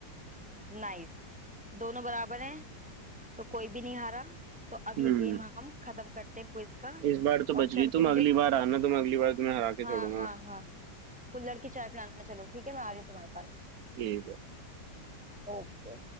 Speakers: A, in the centre; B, on the right.
A: नाइस दोनों बराबर हैं तो कोई भी नहीं हारा तो अब
B: हम्म
A: ये गेम हम खत्म करते हैं क्विज का
B: इस बार तो
A: और
B: बच
A: चल
B: गई
A: के
B: तुम
A: मुझे
B: अगली बार आना तुम अगली बार तुम्हें हरा के
A: हाँ
B: छोड़ूंगा
A: हाँ
B: मैं
A: हाँ कुल्हड़ की चाय पिलाने चलो ठीक है मैं आ रही हूँ तुम्हारे पास
B: ठीक है
A: ओके